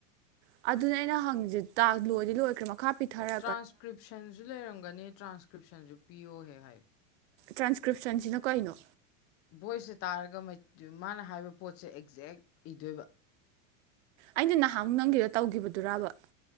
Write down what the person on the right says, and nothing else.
ꯑꯗꯨꯅꯦ ꯑꯩꯅ ꯍꯪꯉꯁꯦ ꯇ ꯂꯣꯏꯗꯤ ꯂꯣꯏꯈ꯭ꯔꯦ ꯥ ꯄꯤꯊꯔ
ꯇ꯭ꯔꯥꯟꯁꯀ꯭ꯔꯤꯞꯁꯟꯁꯤꯅ ꯀꯩꯅꯣ
ꯑꯩꯅ ꯅꯍꯥꯟꯨꯛ ꯅꯪꯒꯤꯗ ꯇꯧꯈꯤꯕꯗꯨꯔꯔꯕ